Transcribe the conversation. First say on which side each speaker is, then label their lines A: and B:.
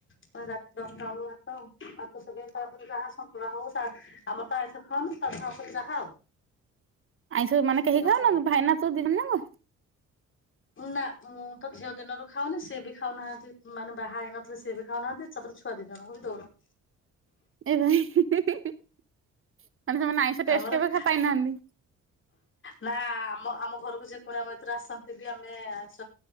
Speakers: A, on the left; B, on the right.
A: ପୁଣି ରାତି ଦଶଟା ବେଳକୁ ଭାତ ଭାତ <unintelligible> ତା ପରେ ଯାହା ସନ୍ତୁଳା ହଉ ସା ଆମର ତ ଆଇଁଷ ଖାଉନୁ ସାଧା ଉପରେ ଯାହା ଆଉ।
B: ଆଇଁଷ ମାନେ କେହି
A: କରାହବ
B: ଖାଉନା
A: ଆଉ।
B: ଭାଇନା ତୁ ଦି ଜଣ ଯାଙ୍କ।
A: ନା ମୁଁ ତ ଝିଅ ଦିନରୁ ଖାଉନି ସିଏ ବି ଖାଉନାହାନ୍ତି ମାନେ ବାହା ହେଇନଥିଲେ ସିଏ ବି ଖାଉନାହାନ୍ତି ତାପରେ ଛୁଆ ଦି ଜଣଙ୍କୁ ବି ଦଉନୁ।
B: ଏବାଇ ହୁଁ ହୁଁ ହୁଁ ତାମାନେ ସେମାନେ ଆଇଁଷ ଟେଷ୍ଟ
A: ଆମର
B: କେବେ ଖାଇ ପାଇନାହାନ୍ତି।
A: ନା ଆମ ଆମ ଘରକୁ ଯେ କୁଣିଆ ମୈତ୍ର ଆସନ୍ତି ବି ଆମେ ଆଇଁଷ